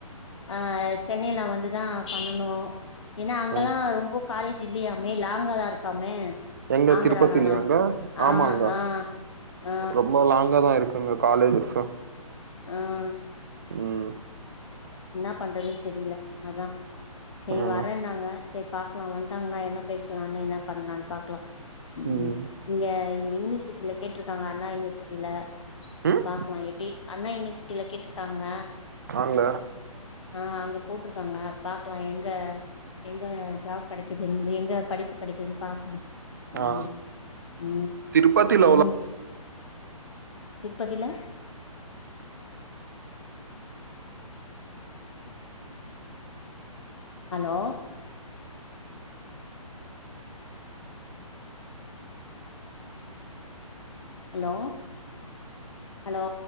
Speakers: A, on the left; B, on the right.
A: ஆஹ் சென்னையில வந்துதா பண்ணனும் ஏன்னா அங்கல்லாம்
B: ம்
A: ரொம்ப காலேஜ் இல்லையாமே லாங்காதா இருக்காமே
B: எங்க
A: ஆந்திராலலா
B: திருப்பதிலையாங்க ஆமாங்க
A: ஆ ஆ ஆ
B: ரொம்ப லாங்கா தா இருக்கு ங்க காலேஜ்ஸ்
A: ஆஹ்
B: உம்
A: என்ன பண்றதுன்னு தெரியல அதா சரி
B: ம்
A: வரேன்னாங்க சரி பாக்கலாம் வந்துந்டாங்கன்னா என்ன பேசலான்னு என்ன பண்ணலான்னு பாக்கலாம் உம்
B: ம்
A: இங்க இங்க யூனிவர்சிட்டில கேட்டிருக்காங்க அண்ணா யூனிவர்சிட்டில
B: ம்
A: பாக்கலாம் எப்படி அண்ணா யூனிவர்சிட்டில கேட்டிருக்காங்க
B: ஆங்க
A: ஆஹ் அங்க போட்ருக்காங்க பாக்கலாம் என் எங்க எங்க ஜாப் கிடைக்குதுன்னு எங்க படிப்பு கிடைக்குதுன்னு பாக்கலாம் உம்
B: ஆ
A: உம்
B: திருப்பதில
A: உம் திருப்பதில ஹலோ ஹலோ ஹலோ